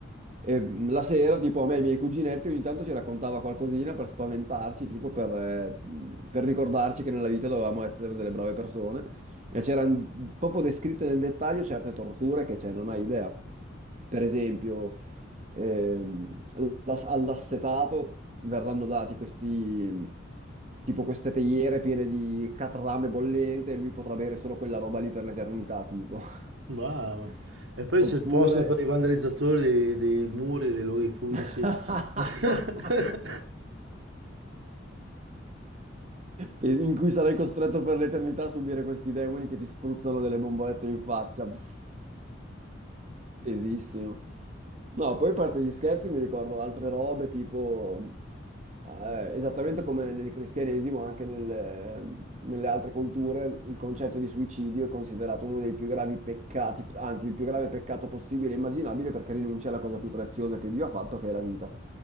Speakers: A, on the right; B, on the right.
A: E mh, la sera, tipo, a me e i miei cuginetti ogni tanto ci raccontava qualcosina per spaventarci, tipo per, eh, mh, per ricordarci che nella vita dovevamo essere delle brave persone. E c'erano proprio descritte nel dettaglio certe torture che, cioè, non hai idea. Per esempio, ehm, l'as- all'assetato verranno dati questi, mh, tipo queste teiere piene di catrame bollente e lui potrà bere solo quella roba lì per l'eternità, tipo. <laughs>
B: Brava. E poi
A: Oppure...
B: c'è il posto per i vandalizzatori dei, dei muri e dei luoghi pubblici.
A: <laughs>
B: <laughs>
A: In cui sarai costretto per l'eternità a subire questi demoni che ti spruzzano delle bombolette in faccia. Pss, Pesissimo. No, poi a parte gli scherzi mi ricordo altre robe tipo, eh, esattamente come nel cristianesimo, anche nel- nelle altre culture, il concetto di suicidio è considerato uno dei più gravi peccati, anzi il più grave peccato possibile e immaginabile perché rinuncia alla cosa più preziosa che Dio ha fatto, che è la vita.